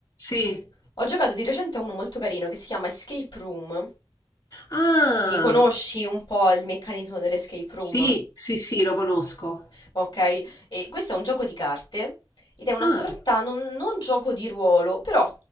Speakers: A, on the left (about 50°); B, on the left (about 70°).
A: Sì.
B: Ho giocato di recente a uno molto carino che si chiama Escape Room.
A: Ah.
B: Mi conosci un po' il meccanismo dell'escape room?
A: Sì, sì, sì, lo conosco.
B: Ok, e questo è un gioco di carte ed è una
A: Ah,
B: sorta, non, non gioco di ruolo, però